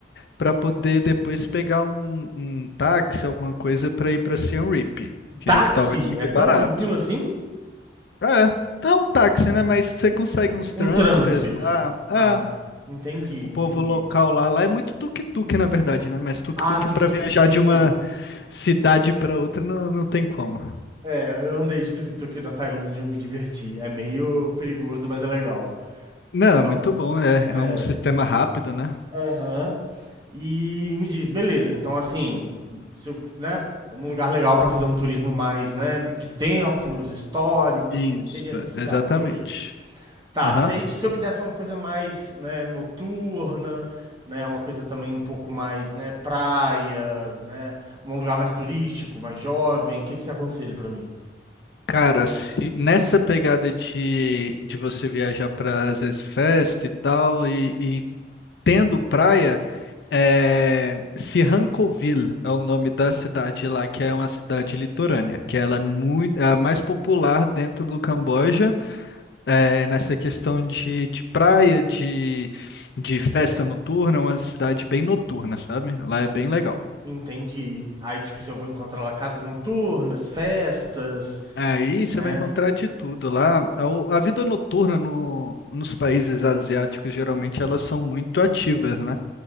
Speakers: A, on the left; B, on the right.
A: para poder depois pegar um, um táxi, alguma coisa para ir para Siem Reap, que
B: Táxi?
A: talvez fique
B: É tão
A: barato.
B: tranquilo assim?
A: É, não um táxi, né? Mas você consegue uns
B: Um
A: transfers
B: transfer.
A: lá. Ah,
B: Ah, entendi,
A: o
B: entendi.
A: povo local lá, lá é muito tuk-tuk, na verdade, né? Mas tuk-tuk
B: Ah, tuk-tuk
A: para viajar
B: é divertido.
A: de uma cidade para outra não, não tem como.
B: É, eu andei de tuk-tuk na Tailândia e eu me diverti. É meio perigoso, mas é legal.
A: Não,
B: Não,
A: é muito bom, é,
B: é.
A: é um sistema rápido, né?
B: Aham. E me diz, beleza, então assim, se eu, né, um lugar legal para fazer um turismo mais, né, de templos, histórico,
A: Isso,
B: assim, seria essa
A: é,
B: cidade,
A: exatamente.
B: Siem Reap. Tá,
A: Aham.
B: mas aí, tipo, se eu quisesse uma coisa mais, né, noturna, né, uma coisa também um pouco mais, né, praia, né, um lugar mais turístico, mais jovem, o que que você aconselha pra mim?
A: Cara, se nessa pegada de, de você viajar para às vezes festa e tal, e, e tendo praia, é, Sihanoukville é o nome da cidade lá, que é uma cidade litorânea, que ela é muito, é a mais popular dentro do Camboja, é, nessa questão de, de praia, de, de festa noturna, é uma cidade bem noturna, sabe? Lá é bem legal.
B: Entendi. Aí, tipo, se eu vou encontrar lá casas noturnas, festas,
A: Aí você
B: né?
A: vai encontrar de tudo lá. A, o- a vida noturna no- nos países asiáticos, geralmente, elas são muito ativas, né?